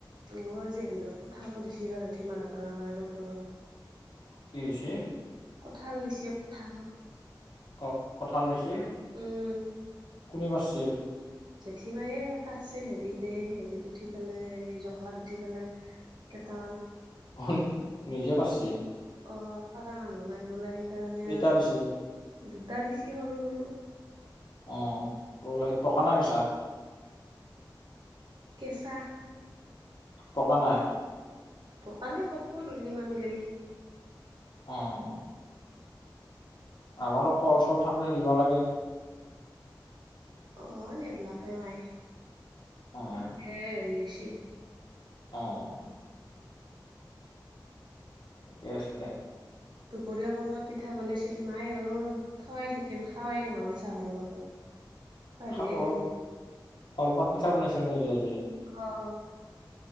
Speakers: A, on the right (about 65°); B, on the left (about 65°).
A: অঁ' আজি হেঁনতৰ কথা সুদিছিলে জেঠি মাহঁতৰ আমাৰ আৰু ঘৰত।
B: কি হৈছে?
A: কঁঠাল দিছে কঁঠাল।
B: কক কঁঠাল দিছে।
A: উম'
B: কোনে পাৰছিল?
A: জেঠী মায়ে পাৰছিল সে তিতে সিহঁতিত উঠি পেলাই জখলাত উঠি পেলাই। কেটামান।
B: হুন নিজে পাৰছি।
A: অ' পাৰা মানুহ নাই বোলে সেইকাৰণে
B: কেইটা
A: আৰু
B: দিছি
A: দুটা দিছে সৰু সৰু।
B: অঁ' সেই অও সেই পকা না কেচা?
A: কেঁচা।
B: পকা নাই।
A: পকা নাই পকবো দুদিনমান গেলি।
B: অ'। আমাৰো কল চল থাকিলে দিবা লাগে।
A: অ' নেলাগে মাই
B: অ',
A: বেয়া হৈ গেছি।
B: অ'। ঠিকে আছে দে
A: দুপৰীয়া কলপাত পিঠা বনাইছিল মাই অ'। থোৱাই থাকিল খাৱাই নহ'ল চাহৰ লগত। পাহৰিয়ে
B: খাব
A: গেলো
B: কলপাত পিঠা বনাইছিল নেকি আজি।
A: অ'।